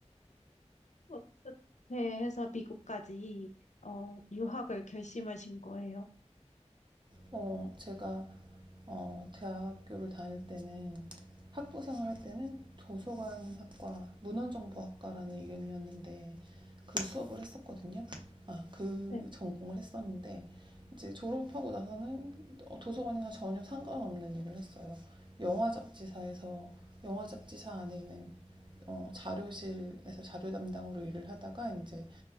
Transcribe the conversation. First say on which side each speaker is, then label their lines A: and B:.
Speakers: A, on the left; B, on the right.
A: 어떻게 해서 미국까지 어, 유학을 결심하신 거예요?
B: 어, 제가 어, 대학교를 다닐 때는 학부 생활할 때는 도서관학과 문헌정보학과라는 이름이었는데 그 수업을 했었거든요. 아, 그
A: 네,
B: 전공을 했었는데 이제 졸업하고 나서는 어, 도서관이나 전혀 상관없는 일을 했어요. 영화 잡지사에서 영화 잡지사 안에 있는 어, 자료실에서 자료 담당으로 일을 하다가 이제